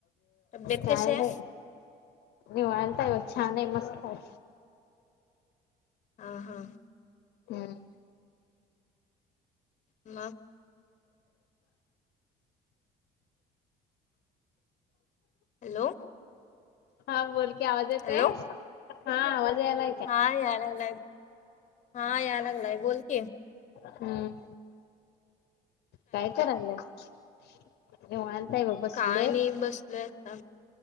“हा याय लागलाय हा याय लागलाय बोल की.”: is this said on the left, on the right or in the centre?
Left